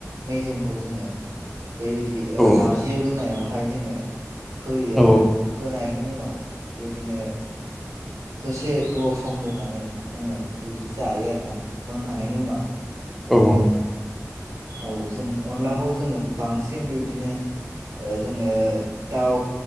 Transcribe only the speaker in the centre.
औ
औ
औ
औ औ <inaudible>